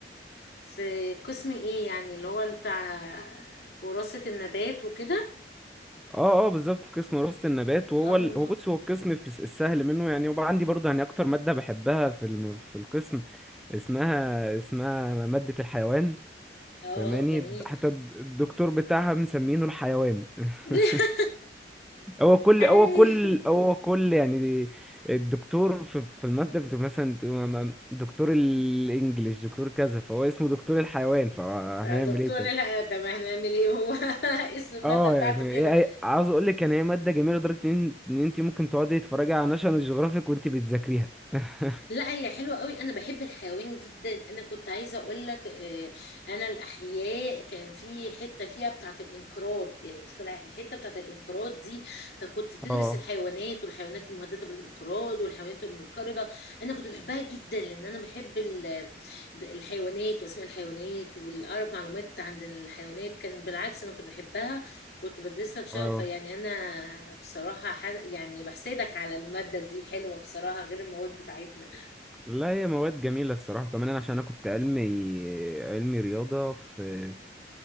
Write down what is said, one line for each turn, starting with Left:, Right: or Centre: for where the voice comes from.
Left: في قسم ايه يعني اللي هو بتاع وراثه النبات وكده
Centre: اه اه بالظبط في قسم وراثة النبات وهو
Left: أم-
Centre: ال... هو بص هو القسم في الس- السهل منه يعني وبقى عندي برضه يعني اكتر مادة بحبها في الم... في القسم اسمها اسمها مادة الحيوان
Left: اه
Centre: فماني
Left: جميل
Centre: حتى الد- الدكتور بتاعها مسمينه الحيوان <laughs>
Left: <laughs>
Centre: هو كل
Left: ايوه
Centre: هو كل هو كل يعني الدكتور في في المادة بتبقى مثلا دكتور الانجليش دكتور كذا فهو اسمه دكتور الحيوان فهنعمل
Left: ده دكتور
Centre: ايه طيب؟
Left: لا ده ما هنعمل ايه هو <laughs> اسم الماده
Centre: اه
Left: بتاعته
Centre: يعني
Left: كده
Centre: هي- هي- عاوز اقول لك يعني هي ماده جميله لدرجه ان ان انت ممكن تقعدي تتفرجي على ناشونال جيوغرافيك وانت بتذاكريها <laughs>
Left: لا هي حلوة قوي انا بحب الحيوان جدا انا كنت عايزة اقول لك آه، انا الاحياء كان في حتة فيها بتاعة الانقراض يعني مش كل ع- الحتة بتاعة الانقراض دي فكنت تدرس
Centre: اه
Left: الحيوانات والحيوانات المهددة بالانقراض والحيوانات المنقرضة انا كنت بحبها جدا لان انا بحب ال- د- الحيوانات واسماء الحيوانات واعرف معلومات عن الحيوانات كان بالعكس انا كنت بحبها كنت بدرسها بشغف
Centre: اه
Left: فيعني انا بصراحة حز... يعني بحسدك على المادة دي حلوة بصراحة غير المواد بتاعتنا
Centre: لا هي مواد جميلة الصراحة كمان أنا عشان أنا كنت علمي علمي رياضة في